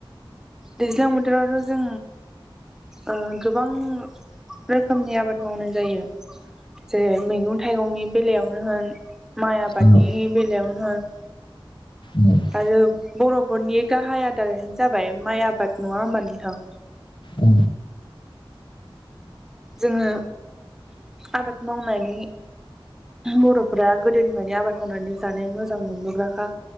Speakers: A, in the centre; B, on the left.
A: दैज्लां बोथोरावथ' जों। ओ गोबां रोखोमनि आबाद मावनाय जायो। जेरै मैगं थाइगंनि बेलायावनो होन माइ आबादनि
B: ओ
A: बेलायावनो होन।
B: ओ
A: आरो बर'फोरनि गाहाय आदारानो जाबाय माइ आबाद नङा होनबा नोंथां।
B: ओ।
A: जोङो आबाद मावनानै बर'फोरा गोदोनिफ्रायनो आबाद मावनानै जानो मोजां मोनबोग्राखा।